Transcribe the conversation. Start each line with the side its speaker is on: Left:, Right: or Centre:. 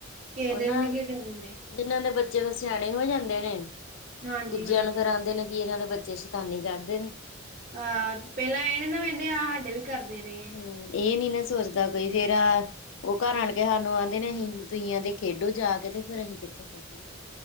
Right: ਕਿਸੇ
Left: ਉਹ ਨਾ
Right: ਵੀ ਨੀ ਖੇਡਣ ਦਿੰਦੇ
Left: ਜਿੰਨਾਂ ਦੇ ਬੱਚੇ ਸਿਆਣੇ ਹੋ ਜਾਂਦੇ ਨੇ।
Right: ਹਾਂਜੀ
Left: ਦੂਜਿਆਂ
Right: ਹਾਂਜੀ
Left: ਨੂੰ ਫੇਰ ਆਦੇ ਨੇ ਕਿ ਇਹਨਾਂ ਦੇ ਬੱਚੇ ਸ਼ੈਤਾਨੀ ਕਰਦੇ ਨੇ।
Right: ਅਹ! ਪਹਿਲਾਂ ਇਹਨ ਨਾ ਵਹਿੰਦੇ ਆਹ ਸਾਡੇ ਵੀ ਕਰਦੇ ਰਹੇ
Left: ਹਮ, ਇਹ ਨੀ ਨਾ ਸੋਚਦਾ ਕੋਈ ਫੇਰ ਆ ਉਹ ਘਰ ਆਣ ਕੇ ਸਾਨੂੰ ਆਹਂਦੇ ਨੇ ਅਸੀਂ ਤੁਸੀਂ ਆਦੇ ਖੇਡੋ ਜਾ ਕੇ ਤੇ ਫੇਰ ਅਸੀਂ ਕਿੱਥੇ ਖੇਡੀਏ?